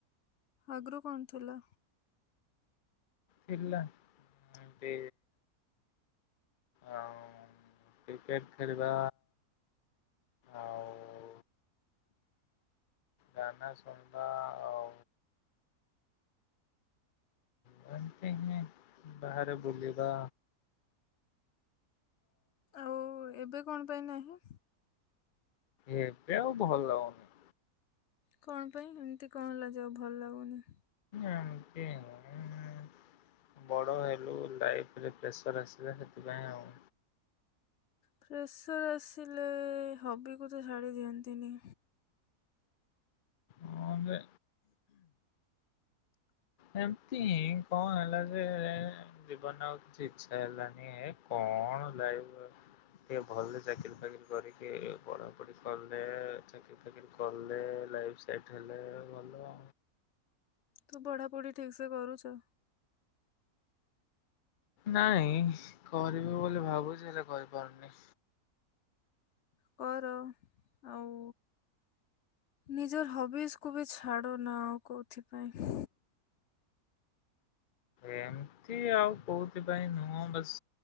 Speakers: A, on the left (about 55°); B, on the left (about 80°).
A: ଆଗରୁ କଣ ଥିଲା?
B: ଥିଲା ଏମିତି ଆଉ କ୍ରିକେଟ ଖେଳିବା ଆଉ ଗାନା ଶୁଣିବା ଆଉ ହ ଏମତି ବାହାରେ ବୁଲିବା।
A: ଆଉ ଏବେ କଣ ପାଇଁ ନାହିଁ?
B: ଏ ବଉ ଭଲ ଲାଗୁଣି।
A: କଣ ପାଇଁ ଏମିତି କଣ ହେ ଲ ଯାାଉ ଭଲ ଲାଗୁନି?
B: ଏମତି ହଉ ବଡ ହେଲୁ ଲାଇ ପ୍ରେସର ଆସିଲା ସେଥିପାଇଁ ଆଉ।
A: ପ୍ରସର ଆସିଲେ ହବିକୁ ତ ଛାଡି ଦିଅନ୍ତିନି।
B: ହଁଲେ ଏମତି କଣ ହେଲା ଯେ ଜୀବନ ଆଉ କିଛି ଇ୍ଛା ହେଲାନି କଣ ଲାଇ ଟେ ଭଲ ଚାକିରି ଫକିରି କରିକି ପଢାପଢି କଲେ ଚାକିର ଫକିରି କଲେ ସେଟ ହେଲେ ଭଲ।
A: ତୁ ପଢାପୁଢି ଠିକ ସେ କରୁଛ?
B: ନାଇଁ କରିବୁ ବୋଲି ଭାବୁଛି ହେଲେ କରିପାରୁନି।
A: କର ଆଉ ନିଜର ହବିସ୍ କୁବି ଛାଡ଼ ନା ଆଉ କେଉଁଥିପାଇଁ
B: ଏମିତି ଆଉ କୋଉଥିପାଇଁ ନୁହଁ ବସ୍